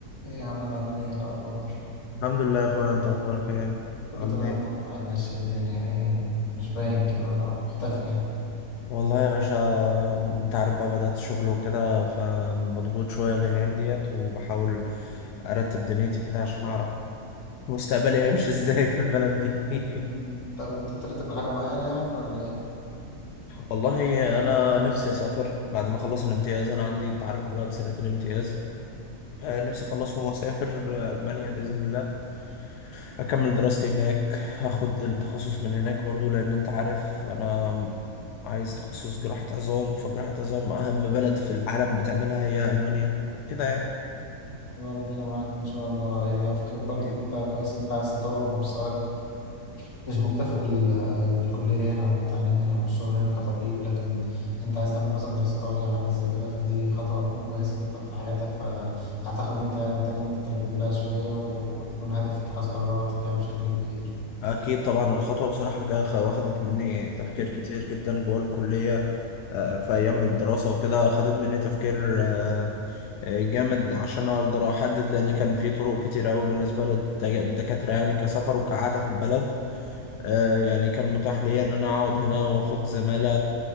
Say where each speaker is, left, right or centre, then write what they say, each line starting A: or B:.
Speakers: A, on the left; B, on the left.
A: ايه يا عم عامل ايه الاخبار
B: الحمد لله يا اخويا انت اخبارك ايه
A: كله
B: عامل
A: تمام
B: ايه
A: والله ماشية الدنيا ايه مش باين كده ولا مختفي يعني
B: والله يا باشا انت عارف بقى بدأت شغل وكده فمضغوط شوية الأيام ديت وبحاول أرتب دنيتي كده عشان أعرف مستقبلي هيمشي <laughs> ازاي في البلد دي <laughs>
A: مم. طب انت بترتب لحاجة معينة يعني ولا ايه
B: والله أنا نفسي أسافر بعد ما أخلص الامتياز أنا عندي أنت عارف دلوقتي سنة الامتياز آه، نفسي
A: مم.
B: أخلصهم وأسافر آه، ألمانيا بإذن الله هكمل دراستي هناك هاخد التخصص من هناك برضو لان انت عارف انا عايز تخصص جراحة عظام فجراحة عظام اهم بلد في العالم بتعملها هي المانيا كده يعني
A: الله ربنا معاك ان شاء الله هي فكرة برضه
B: أيوة.
A: ان انت كويس ان انت عايز تطور من مستواك مش مكتفي بال... بالكلية هنا وبالتعليم هنا وبالشغل هنا كطبيب لكن انت عايز تعمل مثلا دراسات عليا وحاجات زي كده فدي خطوة هتكون كويسة جدا في حياتك فاعتقد ان انت يعني محتاج ان انت ترتب لها شوية وتكون هادف في اتخاذ قراراتك يعني بشكل كبير
B: اكيد طبعا الخطوة بصراحة جا خ- واخدت مني تفكير كتير جدا جوه الكلية آه، في ايام الدراسة وكده خدت مني تفكير آه، آه، جامد عشان اقدر احدد لان كان في طرق كتير قوي بالنسبة للدكاترة يعني كسفر وكعادة في البلد آه، يعني كان متاح ليا ان انا اقعد هنا واخد زمالة